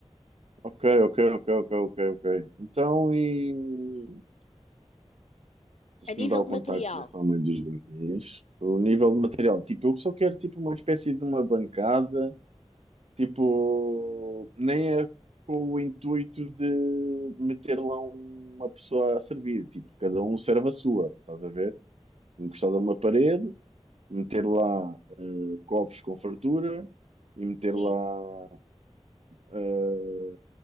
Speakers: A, on the right; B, on the left.
A: Ok, ok, ok, ok, ok, ok. Então, e tens
B: A
A: que
B: nível
A: me dar o
B: de
A: contacto
B: material,
A: dessa mãe dos barris. O nível de material. Tipo, eu só quero tipo uma espécie de uma bancada. Tipo, nem é com o intuito de meter lá uma pessoa a servir. Tipo, cada um serve a sua, estás a ver? Encostado a uma parede. meter lá eh, copos com fartura e meter
B: sim.
A: lá, eh,